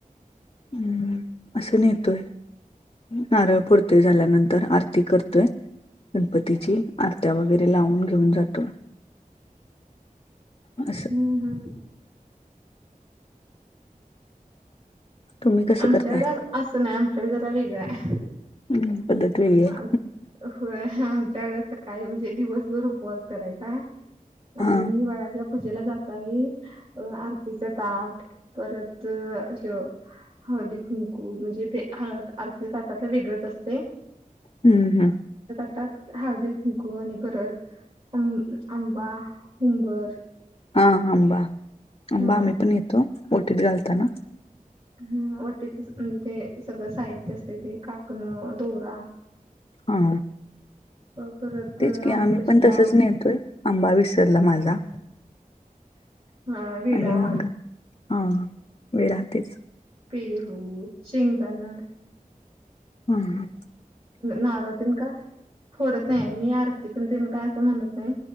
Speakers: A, on the left; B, on the right.
A: हम्म असं नेतोय. नारळ फोडतोय झाल्यानंतर आरती करतोय. गणपतीची आरत्या वगैरे लावून घेऊन जातो. अा
B: हम्म हम्म
A: तुम्ही कसं
B: आमच्याकडे
A: करताय?
B: असं नाही आमच्याकडे जरा वेगळं
A: हम्म, पद्धत वेगळी आहे.
B: हे हो आमच्याकड सकाळी म्हणजे दिवसभर उपवास करायचा
A: हा
B: आम्ही वडाच्या पूजेला जाताय आरतीचं ताट परत अ हे हळदी, कुंकू म्हणजे ते हळद आरतीच्या ताटातलं वेगळंच असतय.
A: हम्म हम्
B: ताटात हळदी कुंकू आणि परतं आंबा उंबर
A: हाअंबा, अंबा
B: हा
A: आम्ही पण येतो ओटीत घालताना.
B: ह वटीच म्हणजे ते सगळं साहित्यच देते काकणं दोरा
A: हा
B: <unintelligible> अ परत
A: तेच की
B: हरभऱ्याची
A: आम्ही पण तसंच
B: डाळ
A: नेतोय आंबा विसरला माझा
B: हा विडा
A: आणि मग हा वेळ राहतेच.
B: पेरू शेंगदाणे.
A: हम् ह
B: नारळ तीन काय आम्ही फोडत नाही आरती पण काय करत नाही.